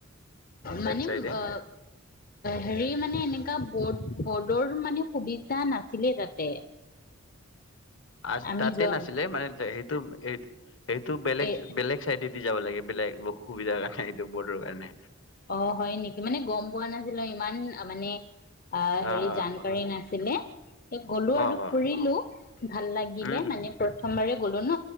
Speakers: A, on the left (about 45°); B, on the left (about 65°).
A: মানে
B: লেফ্ট চাইডে
A: অ হেৰি মানে এ, এনেকা <unintelligible> বড বৰ্ডৰ মানে সুবিধা নাছিলে তাতে।
B: আ
A: আমি
B: তাতে
A: যোৱা
B: নাছিলে মানে সেইটো সেইটো বেলেগ
A: এ
B: বেলেগ চাইডে দি দি যাব লাগে বেলেগ সুবিধাৰ কাৰণে এইটো বৰ্ডৰ কাৰণে
A: অ হয় নেকি মানে গম পোৱা নাছিলো ইমান মানে আহ
B: অ
A: হেৰি
B: অ
A: জানকাৰী
B: অ
A: নাছিলে। গ'লো আৰু
B: অ অ
A: ফুৰিলো ভাল লাগিলে
B: উম
A: মানে প্ৰথমবাৰে গলো ন